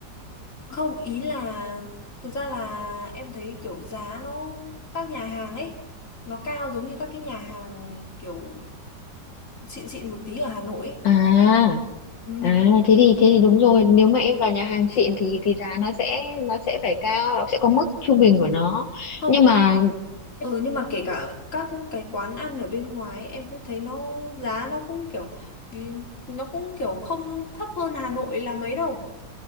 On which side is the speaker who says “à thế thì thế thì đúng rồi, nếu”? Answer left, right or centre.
Left